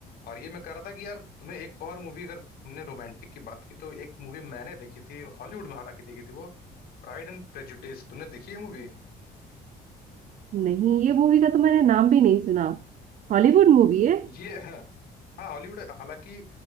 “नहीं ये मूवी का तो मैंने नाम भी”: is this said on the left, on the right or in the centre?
Right